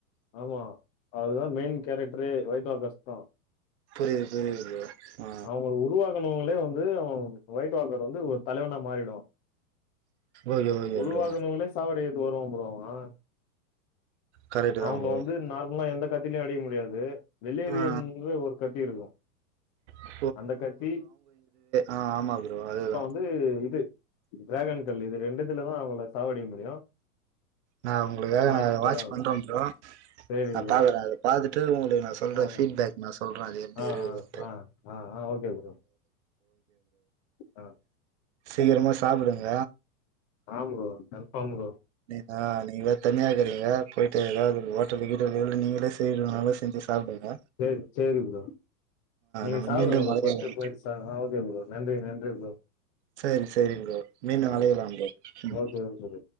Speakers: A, on the left; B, on the right.
A: ஆமா அதுதா மெயின் கேரக்டரே ஒயிட்வாக்கர்ஸ் தா
B: புரியுது புரியுது ப்ரோ ஆ
A: அவங்க உருவாக்குனவங்களே வந்து அவ ஒயிட் வாக்கர் வந்து ஒரு தலைவனா மாறிடுவா
B: ஓகே ஓகே
A: உருவாக்குனவங்ளயே
B: ப்ரோ
A: சாவடிக்கத்துக்க வருவா ப்ரோ அவ
B: கரெக்ட்
A: அவங்ள
B: தா ப்ரோ
A: வந்து நார்மலா எந்த கத்திலியும் அடிக்க முடியாது வெலேரியந்து
B: ஆ
A: ஒரு கத்தி இருக்கும்
B: ஆ
A: அந்த கத்தி
B: ஆ ஆமா ப்ரோ அதே தா
A: இன்னொன்னு இது டிராகன் கல்லு இது ரெண்டுத்துலதா அவங்கள சாவடிக்க முடியும்
B: நா உங்களுக்காக
A: அந்த மாரி
B: நா அத
A: படம்.
B: வாட்ச் பண்ற ப்ரோ
A: சரி
B: நா
A: ப்ரோ.
B: பாக்குற அத பாத்துட்டு உங்களுக்கு நா சொல்ற
A: ஆ,
B: ஃபீட்பேக் நா சொல்ற அது எப்டி
A: ஆ,
B: இருக்குதுன்ட்டு
A: ஆ, ஆ, ஆ ஆ ஓகே ப்ரோ ஆ,
B: சீக்கிரமா சாப்டுங்க
A: ஆமா ப்ரோ கன்பார்ம் ப்ரோ
B: நீங்களா நீங்களே தனியா இருக்குறீங்க போயிட்டு எதாவ்து ஓட்டல்லுகீட்டல்லுக்கு நீங்களே செய்ய சொன்ன கூட செஞ்சி சாப்டுவீங்க
A: செரி சேரி ப்ரோ நீங்க
B: நம்ம
A: சாப்டுங்க
B: மீண்டும்
A: ப்ரோ
B: அழையலாம்
A: ஃபர்ஸ்ட்டு போய் சாப்டு ப்ரோ நன்றி நன்றி ப்ரோ
B: சரி சரி ப்ரோ மீண்டும்
A: ஆ
B: அலையலாம் ப்ரோ ம்
A: ஓகே, ஓகே ப்ரோ.